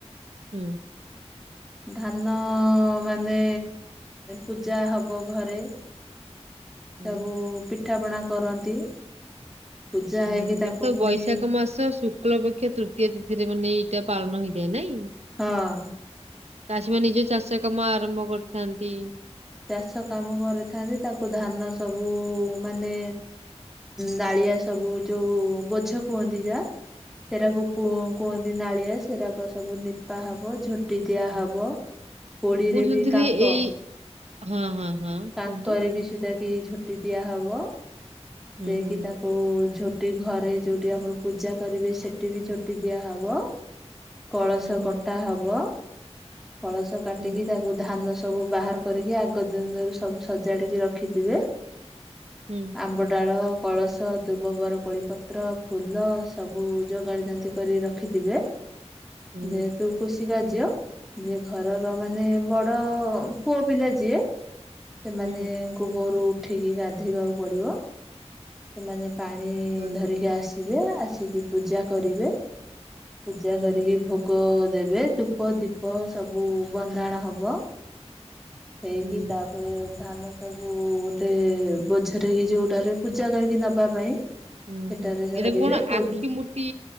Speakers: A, on the right (about 70°); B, in the centre.
A: ହୁଁ।
B: ଧାନ ମାନେ, ପୂଜା ହବ ଘରେ। ସବୁ
A: ହୁଁ।
B: ପିଠାପଣା କରନ୍ତି। ପୂଜା
A: ହୁଁ
B: ହେଇକି ତାକୁ
A: ଏବେ ତ
B: ପୁଣି
A: ବୈଶାଖ ମାସ ଶୁକ୍ଳ ପକ୍ଷ ତୃତୀୟା ଦି ଏଥିରେ ମାନେ ଏଇଟା ପାଳନ ହେଇଥାଏ ନାଇଁ
B: ହଁ।
A: ଚାଷୀ ମାନ ନିଜ ଚାଷ କାମ ଆରମ୍ଭ କରିଥାନ୍ତି।
B: ଚାଷକାମ କରିଥାନ୍ତି। ତାକୁ ଧାନ ସବୁ, ମାନେ ନା ଏଇଆ ସବୁ ଯୋଉ ବୋଝ କୁହନ୍ତି ଯା। ସେଟାକୁ କୁ କୁହନ୍ତି ନାଳିଆ। ସେରାକ ସବୁ ନିପା ହବ ଝୋଟି ଟି। ଦିଆହେବ
A: ହୁଁ।
B: କୋଡ଼ିରେ
A: ମୁଁ ଶୁଣିଥିଲି
B: ବି କାଙ୍କ
A: ଏଇ ହଁ ହଁ। ହଁ
B: ତାଙ୍କରିବି
A: କୁହନ୍ତୁ
B: ସୁଧା କି ଝୋଟିଦିଆ ହବ।
A: ହୁଁ
B: ଦେଇକି
A: ହୁଁ।
B: ତାକୁ ଝୋ ଟି। ଘରେ ଯୋଉଠି ଆମର ପୂଜା କରିବେ ସେଠି ବି ଝୋଟି ଦିଆହବ। କଳସ
A: ହୁଁ ହୁଁ
B: କଟା ହବ। କଳସ କାଟିକି
A: ହୁଁ
B: ତାକୁ ଧାନ ସବୁ ବାହାର କରିକି ଆଗ ଦିନ ରୁ ସବୁ ସଜାଡିକି ରଖିଥିବେ।
A: ହୁଁ।
B: ଆମ୍ବ ଡାଳ, କଳସ, ଦୁବବରକୋଳିପତ୍ର, ଫୁଲ ସବୁ ଯୋଗାଡ଼ି ଯାନ୍ତି କରି ରଖିଥି ବେ।
A: ହୁଁ
B: ଯେହେତୁ କୃଷି କାର୍ଯ୍ୟ ଯିଏ ଘରର ମାନେ ବଡ ପୁଅ ପିଲା ଯିଏ ସେମାନେଙ୍କୁ
A: ହୁଁ
B: ଭୋରୁ ଉଠିକି ଗାଧୋଇବାକୁ ପଡିବ। ସେମାନେ ପାଣି
A: ହୁଁ
B: ଧରିକି ଆସିବେ ଆସିକି ପୂଜା କରିବେ। ପୂଜା
A: ହୁଁ
B: କରିକି ଭୋଗ ଦେବେ ଧୂପ ଦୀପ ସବୁ ବନ୍ଦାଣ ହବ। ହେଇକି
A: ହୁଁ
B: ତାପରେ ଧାନ ସବୁ ଗୋଟେ ବୋଝରେ କି ଯୋଉଟାରେ ପୂଜା କରିକି ନବା ପାଇଁ।
A: ହୁଁ
B: ସେଟାରେ
A: ହୁଁ
B: ଧରିବେ
A: ଏଇଟାକୁ କଣ
B: କୋଡି
A: ଆଖି ମୁୁଟି